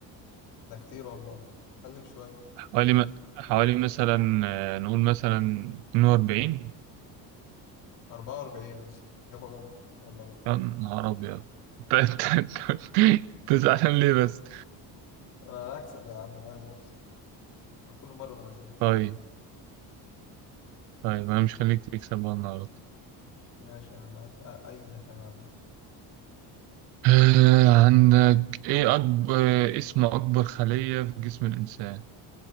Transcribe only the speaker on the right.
حوالي م- حوالي مثلا آه، نقول مثلا 42
يا نهار أبيض <laughs> أنت- أنت- أنت- تزعلان ليه بس
طيب طيب أنا مش خليك تكسب بقى النهاردة
آه، عندك ايه اكبر آه، اسم اكبر خلية في جسم الانسان